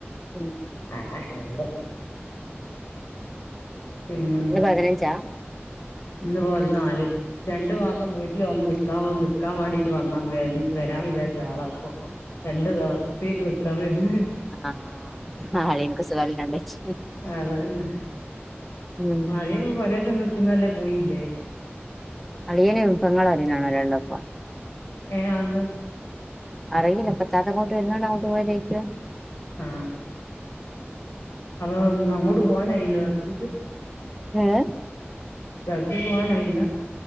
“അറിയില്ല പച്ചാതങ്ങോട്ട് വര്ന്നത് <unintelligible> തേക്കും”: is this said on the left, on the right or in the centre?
Centre